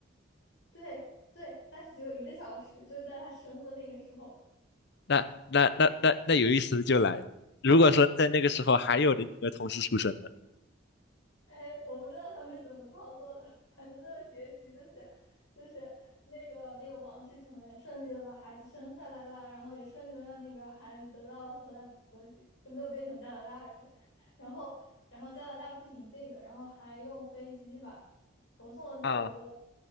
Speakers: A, on the left; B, on the left.
A: 对对，但是只有一个小时，就是在他生的那个时候。
B: 那那那那那有意思的就来了，如果说在那个时候还有的婴儿同时出生的
A: 哎，我不知道他们是怎么操作的，<laughs> 反正最后结局就是，就是那个那个王室成员顺利的把孩子生下来了，然后也顺利的让那个孩子得到了荷兰国籍，就没有变成加拿大人。然后，然后加拿大不仅这个，然后还用飞机把投送了特别多的。
B: 啊，